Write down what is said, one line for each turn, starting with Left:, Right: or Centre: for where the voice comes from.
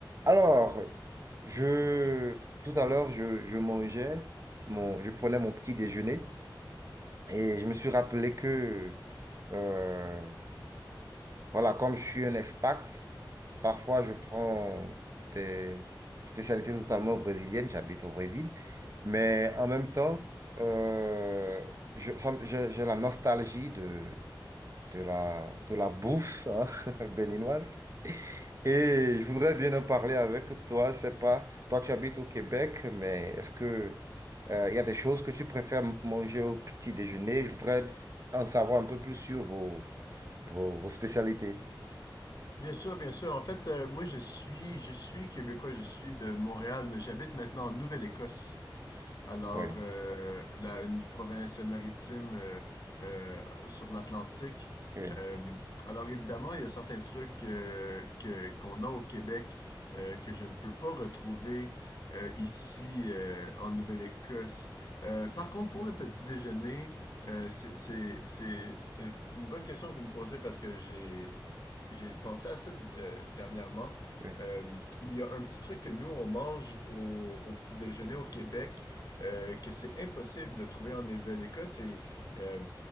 Right: Alors, je, tout à l'heure, je, je mangeais, mon, je prenais mon petit déjeuner et je me suis rappelé que, euh, voilà, comme je suis un expat, parfois je prends des spécialités totalement brésiliennes, j'habite au Brésil, mais en même temps, euh, je- ça me- j'ai j'ai la nostalgie de, de la, de la bouffe hein, <laughs> béninoise. Et je voudrais bien en parler avec toi. Je sais pas, toi tu habites au Québec, mais est-ce que euh, il y a des choses que tu préfères m- manger au petit déjeuner? Je voudrais en savoir un peu plus sur vos, vos, vos spécialités.
Left: Bien sûr, bien sûr. En fait, euh, moi, je suis, je suis québécois, je suis de Montréal, mais j'habite maintenant en Nouvelle-Écosse. Alors,
Right: Oui,
Left: euh, la- une province maritime euh, euh, sur l'Atlantique.
Right: oui,
Left: Euh, alors, évidemment, il y a certains trucs euh, que, qu'on a au Québec euh, que je ne peux pas retrouver euh, ici euh, en Nouvelle-Écosse. Euh, par contre, pour le petit déjeuner, euh, c'est c'est- c'est- c'est une bonne question que vous me posez parce que j'ai j'ai pensé à ça euh, dernièrement.
Right: oui.
Left: Euh, il y a un petit truc que nous, on mange au, au petit déjeuner au Québec euh, que c'est impossible de trouver en Eveleka. C'est euh,